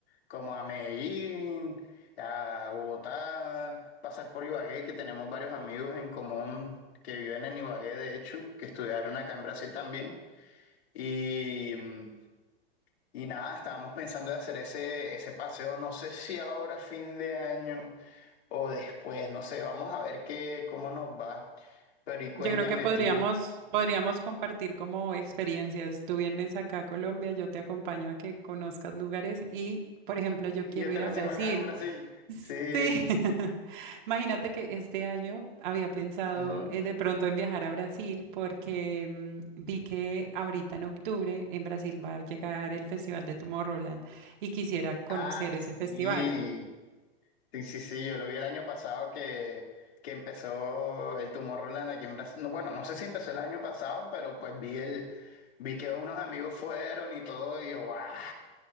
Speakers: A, on the left; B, on the right.
A: como a Medellín, a Bogotá, pasar por Ibagué, que tenemos varios amigos en común que viven en Ibagué, de hecho, que estudiaron acá en Brasil también. Y... mm, y nada, estábamos pensando de hacer ese, ese paseo, no sé si ahora fin de año o después, no sé, vamos a ver qué, cómo nos va. Pero y cuéntame
B: Yo creo que podríamos,
A: tú,
B: podríamos compartir como experiencias. Tú vienes acá a Colombia, yo te acompaño a que conozcas lugares y, por ejemplo, yo
A: yo
B: quiero
A: te
B: ir
A: recibo
B: a Brasil.
A: acá en Brasil. Sí.
B: Sí. <laughs> Imagínate que este año había pensado
A: ujú.
B: eh, de pronto en viajar a Brasil porque mm, vi que ahorita en octubre en Brasil va a llegar el Festival de Tomorrowland y quisiera conocer
A: Ah,
B: ese
A: sí.
B: festival.
A: Sí, sí, sí, yo lo vi el año pasado que, que empezó el tumor Roland aquí en Brasil. No, bueno, no sé si empezó el año pasado, pero pues vi el, vi que unos amigos fueron y todo, y yo, ¡ah!